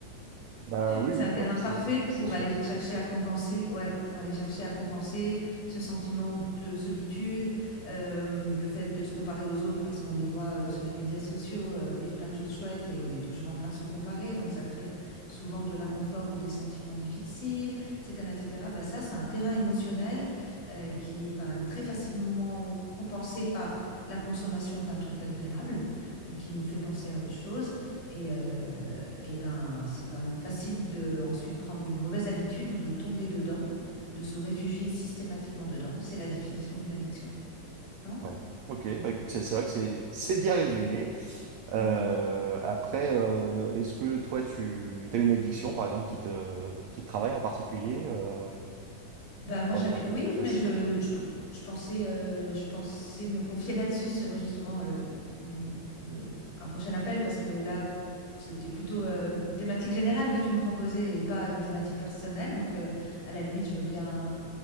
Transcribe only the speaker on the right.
Bah oui
oui
non c'est
c'est sûr.
Ouais. Ok bah écoute c'est c'est vrai que c'est c'est bien résumé. Euh,
après euh, est-ce que toi tu as une addiction par exemple qui te qui te travaille en particulier euh,
pour
être un peu
plus
précis?